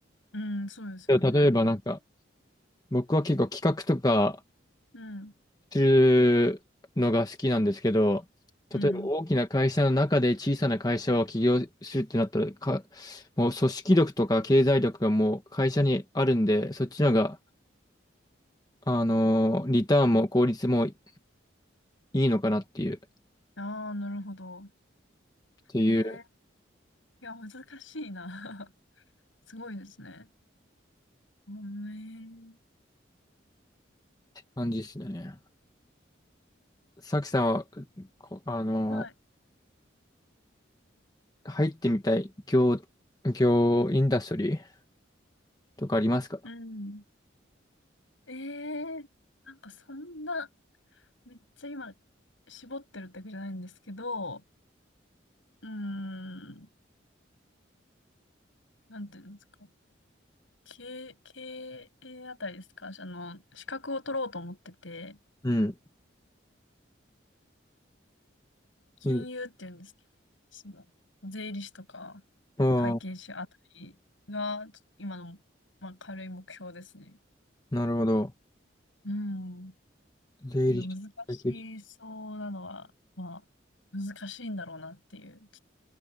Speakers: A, on the left; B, on the left.
A: うんそうですよね。
B: でも例えばなんか、僕は結構企画とか
A: うん、
B: するのが好きなんですけど、例えば大きな会社の中で小さな会社を起業するってなったら、
A: うん。
B: か、もう組織力とか経済力がもう会社にあるんで、そっちの方が、あのーリターンも効率もいいのかなっていう、っ
A: ああー、なるほど。
B: ていう
A: ええ、いや、難しいな。<laughs> すごいですね。うんええ
B: 感じですね。さきさんは、こあの、
A: はい。
B: 入ってみたい業、業インダストリーとかありますか
A: うん。ええなんかそんな、めっちゃ今、絞ってるってわけじゃないんですけど、うーん、なんていうんですか。経、経営あたりですか。あの、資格を取ろうと思ってて、
B: うん。
A: 金融っていうんですけど、
B: うん
A: その、税理士とか、
B: あ
A: 会計士あたりが、今の、まあ、軽い目標ですね。
B: あ、なるほど。
A: うん。
B: 税理士会計士
A: 今難しそうなのは、まあ、難しいんだろうなっていう。